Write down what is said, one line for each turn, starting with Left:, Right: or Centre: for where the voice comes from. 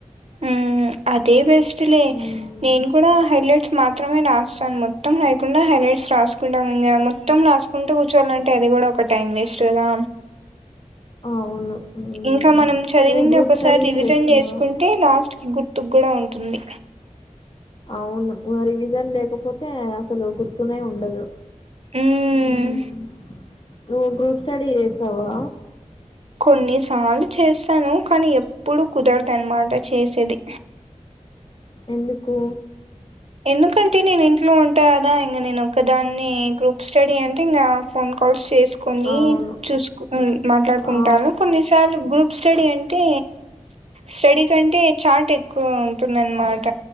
Right: ఊమ్మ్ అదే బెస్ స్ట్ లే
Left: హ్మ్.
Right: నేను కూడా హైలైట్ మాత్రమే రాస్తాను మొత్తం రాయకుండా హెలెట్స్ రాసుకుంటాం ఇంకా మొత్తం రాసుకుంటూ కూర్చోనంటే అది కూడా ఒక టైం వేస్ట్ కదా
Left: ఆ అవును హ్మ్.
Right: ఇంకా మనం చదివింది
Left: నువ్వు గ్రూప్
Right: ఒకసారి
Left: స్టడీస్
Right: రివిజన్
Left: చేస్తావా?
Right: చేసుకుంటే లాస్ట్ కి గుర్తుకు కూడా ఉంటుంది
Left: అవును ఊ రివి జన్ లేకపోతే సలు గుర్తునే ఉండదు
Right: మ్మ్
Left: ఊమ్మ్ నువ్ గ్రూప్ స్టడీ చేసావా
Right: కొన్నిసార్లు చేస్తాను కానీ ఎప్పుడు కుదరదనమాట చేసేది
Left: ఎందుకు
Right: ఎందుకంటే నేను ఇంట్లో ఉన్ టాదా ఇంక నేను ఒక దాన్ని గ్రూప్ స్టడీ అన్ టింగ ఫోన్ కాల్స్ చేస్ కొని
Left: అవును.
Right: చూసుకు ఉన్ మాట్లాడుకుంటాను
Left: ఆ!
Right: కొన్నిసార్లు గ్రూప్ <unintelligible> స్టడీ అంటే స్టడీ కంటే చాట్ ఎక్కువ ఉంటుంది అనమాట